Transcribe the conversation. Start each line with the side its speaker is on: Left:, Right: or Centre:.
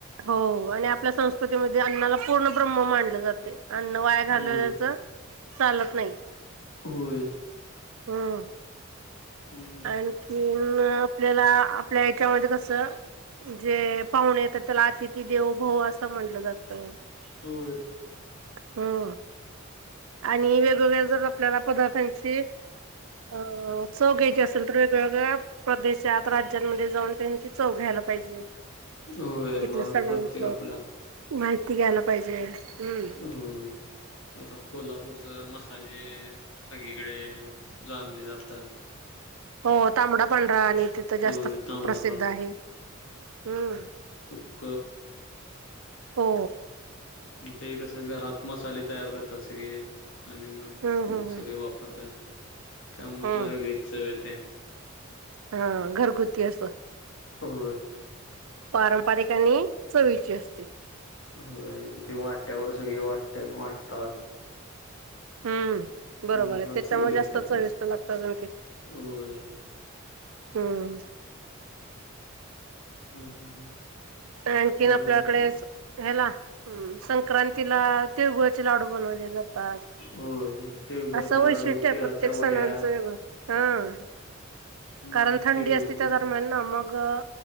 Right: हो आणि आपल्या संस्कृतीमध्ये अण्नाला पूर्ण ब्रहम्म मानले जातय. अन्न वाया घाललेल्याच
Left: होय
Right: चालत नाही.
Left: होय.
Right: हम्
Left: हम्म.
Right: आणखी आपल्याला आपल्या हच्यामध्ये कस जे पाहणे त्याला अतिथी देवभव असं म्हणलं जातं
Left: होय.
Right: हा आणि वेगवेगळ्या जर आपल्याला पदार्थांची अ चव घ्यायची असते तर वेगवेगळ्या प्रदेशात राज्यांमध्ये जाऊन त्यांची चव घ्यायला पाहिजे
Left: होय मग
Right: तिथल्या सणांच
Left: प्रत्येक आपल्या
Right: माहिती घ्यायला पाहिजे हम्म.
Left: हो आता कोल्हापूरच मसाले सगळीकडे जाणले जातात
Right: हो तांबडा पांढरा आणि तिथं
Left: होय
Right: जास्त
Left: तांबडा
Right: प्रसिद्ध आहे हम्म
Left: सुख
Right: हो
Left: ते कसं घरात मसाले तयार करतात सगळे आणि मग
Right: हम्म हम्म हम्म.
Left: सगळे वापरतात त्या मुतला
Right: हम्म
Left: गायच ते
Right: हा घरगुती असं
Left: हो
Right: पारंपरिकानी चवीची असते
Left: हो मग ते वाट्यावर सगळे वाट्यान वाटतात
Right: हम्म बरोबर
Left: त्यामुळे
Right: आहे
Left: त्याला
Right: त्याच्यामुळे
Left: चव येते.
Right: जास्त चविष्ट लागतं आजून ते
Left: होय.
Right: हम्म.
Left: हम्म हम हम्म.
Right: आणखीन
Left: मग
Right: आपल्याकडे
Left: आणि काय
Right: ह्याला सक्रांतीला तिळ गुळाचे लाडू बनवले जातात जातात
Left: होय तिळगुळाचे
Right: असं
Left: लाडू,
Right: वैशिष्ट्य
Left: तिळाच्या
Right: प्रत्येक सणांचं
Left: वड्या
Right: वेगळं हा
Left: हम्म
Right: कारण थंडी
Left: तिळगुळ
Right: असते त्या दरम्यान ना मग ग